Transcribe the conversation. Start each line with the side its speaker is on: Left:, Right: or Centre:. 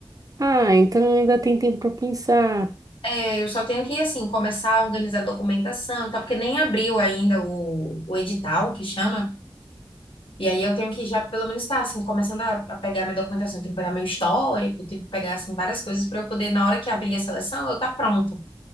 Right: ah, então ainda tem tempo para pensar.
Left: É, eu só tenho que, assim, começar a organizar documentação e tal, porque nem abriu ainda o, o edital, que chama. E aí eu tenho que já pelo menos estar assim, começando a, a pegar minha documentação, eu tenho que pegar meu histórico, tenho que pegar assim várias coisas para eu poder na hora que abrir a seleção, eu estar pronta.